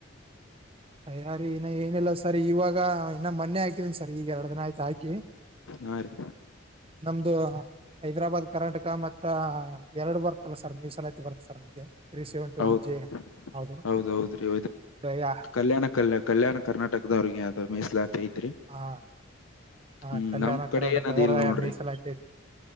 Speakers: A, on the right; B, on the left.
A: ಅಯ್ಯಾರಿೀ ಇನ್ನ ಏನಿಲ್ಲ ಸರ್ ಇವಾಗ ಇನ್ನಾ ಮನೆೆ ಹಾಕಿದೀನಿ ಸರ್ ಈಗ ಎರಡು ದಿನ ಆಯ್ತು ಹಾಕಿ
B: ಹಾ ರೀ
A: ನಮ್ದು ಹೈದ್ರಾಬಾದ್ ಕರ್ನಾಟಕ ಮತ್ತ ಎರಡು ಬರ್ತಲ್ಲ ಸರ್ ನೀ್ಸಲತಿ ಬರ್ತ್ತ ಸರ್ ನಮ್ಗೆ ತ್ರೀ ಸೆವೆಂಟಿ
B: ಹೌದ
A: ಒನ್ ಜೆ ಹೌದು
B: ಹೌದ್ೌದ್ರಿ
A: ಯಾ
B: ಕಲ್ಯಾಣ ಕಲ್ಯ ಕಲ್ಯಾಣ ಕರ್ನಾಟಕದವ್ರಿಗೆ ಅದು ಮೀಸಲಾತಿ ಐತ್ರಿ
A: ಹಾ
B: ಹ್ಮ್
A: ಹ ಕಲ್ಯಾಣ
B: ನಮ್
A: ಕಂಡ
B: ಕಡೆ ಏನದ ಇಲ್ ನೋಡ್ರಿ
A: ಮೀಸಲ ಆಐ್ತ